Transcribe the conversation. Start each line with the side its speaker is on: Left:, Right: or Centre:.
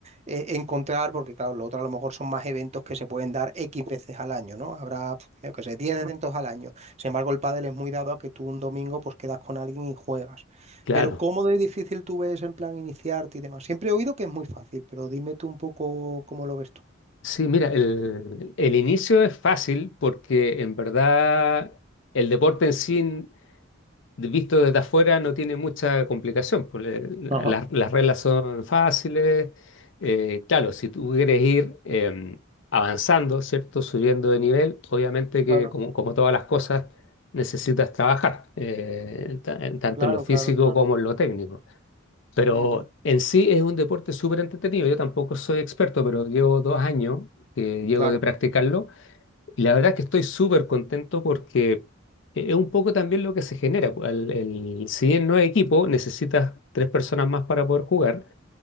Right: eh, encontrar, porque claro, lo otro a lo mejor son más eventos que se pueden dar X veces al año, ¿no? Habrá, pf, yo qué sé, 10 eventos al año. Sin embargo, el pádel es muy dado a que tú un domingo pues quedas con alguien y juegas.
Left: claro.
Right: Pero ¿cómo de difícil tú ves en plan iniciarte y demás? Siempre he oído que es muy fácil, pero dime tú un poco cómo lo ves tú.
Left: Sí, mira, el, el inicio es fácil porque en verdad el deporte en sí, visto desde afuera, no tiene mucha complicación. pues, eh, la-
Right: Ajá.
Left: la- las reglas son fáciles. eh, claro, si tú quieres ir em, avanzando, ¿cierto? Subiendo de nivel, obviamente que
Right: Claro,
Left: como, como todas las cosas necesitas trabajar, eh, ta- tanto
Right: claro,
Left: en lo físico
Right: claro, claro.
Left: como en lo técnico. Pero
Right: Ujú,
Left: en sí es un deporte súper entretenido. Yo tampoco soy experto, pero llevo dos años que llevo
Right: claro,
Left: de practicarlo. Y la verdad es que estoy súper contento porque e-, es un poco también lo que se genera. pues, al- el- si bien no es equipo, necesitas tres personas más para poder jugar.